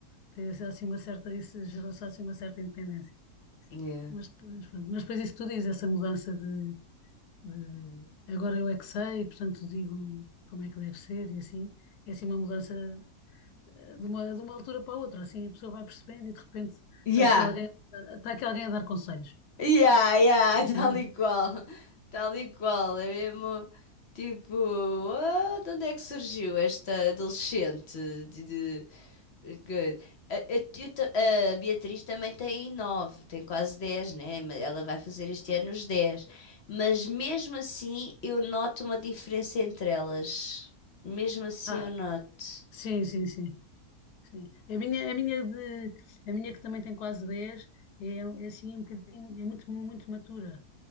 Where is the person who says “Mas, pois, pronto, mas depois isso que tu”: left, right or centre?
Left